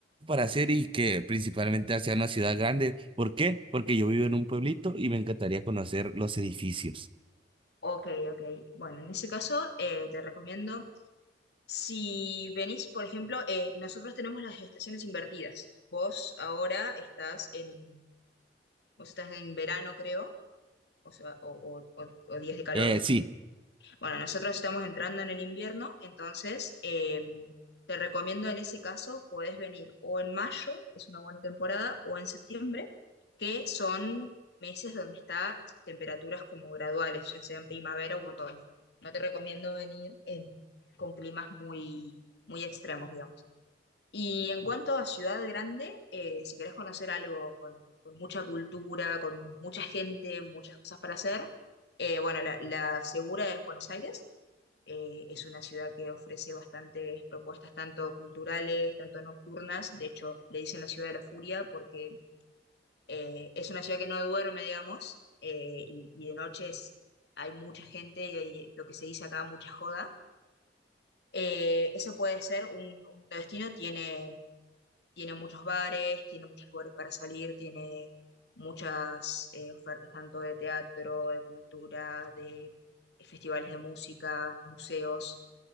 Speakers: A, on the right; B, on the left.
A: para hacer y que principalmente sea una ciudad grande. ¿Por qué? Porque yo vivo en un pueblito y me encantaría conocer los edificios.
B: ok, ok. Bueno, en ese caso, eh, te recomiendo. Si venís, por ejemplo, eh, nosotros tenemos las estaciones invertidas. Vos ahora estás en, vos estás en verano, creo, o sea, o, o- o- o días de calor.
A: Eh, sí.
B: Bueno, nosotros estamos entrando en el invierno, entonces eh, te recomiendo en ese caso, podés venir o en mayo, es una buena temporada, o en septiembre, que son meses donde está temperaturas como graduales, ya sea en primavera u otoño. No te recomiendo venir en- con climas muy muy extremos, digamos. Y en cuanto a ciudad grande, eh, si querés conocer algo con, con mucha cultura, con mucha gente, muchas cosas para hacer, eh, bueno, la, la segura es Buenos Aires. Eh, es una ciudad que ofrece bastantes propuestas, tanto culturales, tanto nocturnas. De hecho, le dicen la ciudad de la furia porque eh, es una ciudad que no duerme, digamos, eh, y, y de noche es- hay mucha gente y hay lo que se dice acá, mucha joda. Eh, ese puede ser un, un destino, tiene tiene muchos bares, tiene muchos lugares para salir, tiene muchas eh, ofertas tanto de teatro, de cultura, de eh, festivales de música, museos,